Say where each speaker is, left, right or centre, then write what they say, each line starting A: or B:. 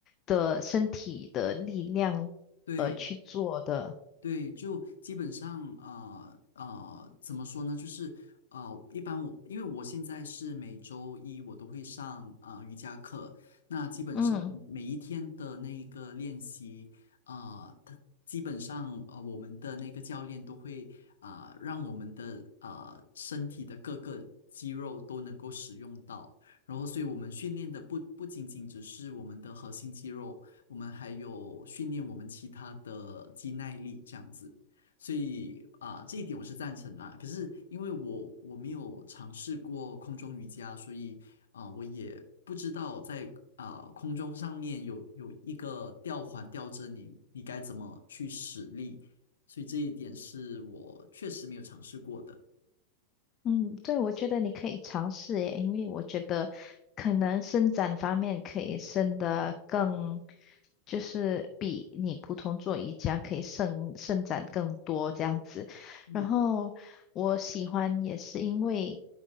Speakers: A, on the left; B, on the left.
A: 的身体的力量呃去做的，
B: 对，对，就基本上呃呃，怎么说呢？就是呃，一般我因为我现在是每周一我都会上呃瑜伽课，那基本上每一天的那一个练习，
A: 嗯。
B: 呃，它基本上呃我们的那个教练都会啊、呃让我们的啊身体的各个肌肉都能够使用到，然后所以我们训练的不不仅仅只是我们的核心肌肉。我们还有训练我们其他的肌耐力这样子。所以啊、这一点我是赞成啦。可是因为我我没有尝试过空中瑜伽，所以啊、我也不知道在啊、空中上面有有一个吊环吊着你，你该怎么去使力。所以这一点是我确实没有尝试过的。
A: 嗯，对，我觉得你可以尝试耶，因为我觉得可能伸展方面可以伸得更，就是比你普通做瑜伽可以伸伸展更多这样子。
B: 嗯。
A: 然后我喜欢也是因为，